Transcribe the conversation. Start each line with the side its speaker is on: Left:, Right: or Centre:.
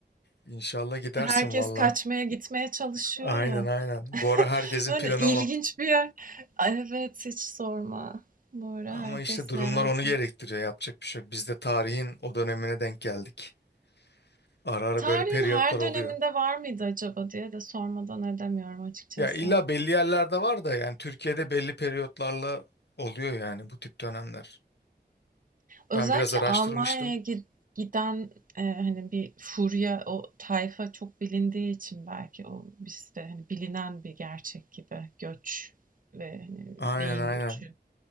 Left: İnşallah gidersin
Right: Herkes
Left: valla.
Right: kaçmaya gitmeye çalışıyor
Left: Aynen
Right: ya.
Left: aynen.
Right: <laughs>
Left: Bu ara herkesin
Right: Yani
Left: planı
Right: ilginç
Left: o.
Right: bir yer. Ay, Evet, hiç sorma. böyle
Left: Ama
Right: herkes
Left: işte durumlar
Right: meraklı.
Left: onu gerektiriyor. Yapacak bir şey yok. Biz de tarihin o dönemine denk geldik. Ara ara
Right: Tarihin
Left: böyle periyotlar
Right: her
Left: oluyor.
Right: döneminde var mıydı acaba diye de sormadan edemiyorum açıkçası.
Left: Ya illa belli yerlerde var da yani Türkiye'de belli periyotlarla oluyor yani bu tip dönemler.
Right: Özellikle
Left: Ben biraz araştırmıştım.
Right: Almanya'ya gi- giden e, hani bir furya, o tayfa çok bilindiği için belki o bizde hani bilinen bir gerçek gibi göç ve hani
Left: Aynen
Right: beyin
Left: aynen.
Right: göçü